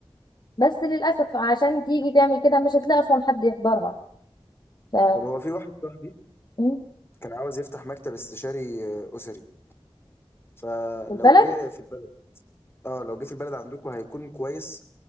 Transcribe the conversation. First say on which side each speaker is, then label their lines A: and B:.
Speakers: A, on the left; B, on the left.
A: بس للأسف عشان تيجي تعمل كده مش هتلاقي أصلا حد يحضرها ف
B: طب هو في واحد صاحبي
A: م،
B: كان عاوز يفتح مكتب استشاري آه، أسري فلو
A: في البلد
B: جه في البلد اه لو جه في البلد عندكم هيكون كويس